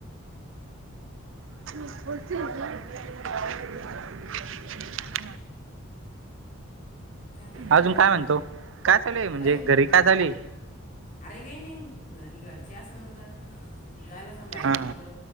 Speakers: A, on the right; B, on the left.
A: <unintelligible>
B: काय म्हणतो
A: आजून
B: मग
A: काय
B: अजून
A: म्हणतो काय चालूये म्हणजे
B: काही
A: घरीकाय
B: नाही.
A: चालूये?
B: अरे काही नाही घरी घरचे असन न आता. जायला सांग बाहेर
A: हा
B: नाही कुड